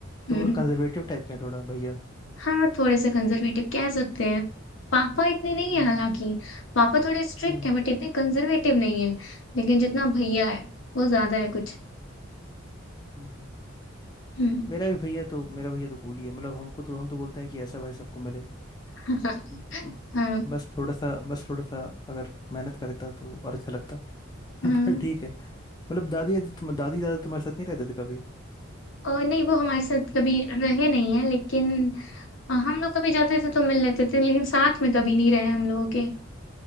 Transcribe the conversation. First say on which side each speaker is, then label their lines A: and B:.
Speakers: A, on the left; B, on the left.
A: हम्म
B: तुम लोग कंजर्वेटिव टाइप के हैं थोड़ा भैया
A: हाँ थोड़े से कंजर्वेटिव कह सकते हैं पापा इतने नहीं
B: हम्म
A: है हालांकि
B: हम्म
A: पापा थोड़े स्ट्रिक्ट
B: हम्म हम्म,
A: हैं बट इतने कंजर्वेटिव नहीं है लेकिन जितना भैया है वो ज्यादा है कुछ
B: हम्म। हम्म।
A: हम्म
B: मेरा भी भैया तो मेरा भैया तो कूल ही है मतलब हमको तो हम तो बोलते हैं कि ऐसा भाई सबको मिले
A: <laughs>
B: ब- ब-
A: हाँ
B: बस थोड़ा सा बस थोड़ा सा अगर मेहनत करता तो और अच्छा लगता
A: हाँ
B: <laughs> पर ठीक है मतलब दादी दादी तुम- दादी दादा तुम्हारे साथ नहीं रहते थे कभी
A: और नहीं वो हमारे साथ कभी रहे नहीं है लेकिन अ, हम लोग कभी जाते थे तो मिल लेते थे लेकिन साथ में कभी नहीं रहे हम लोगों के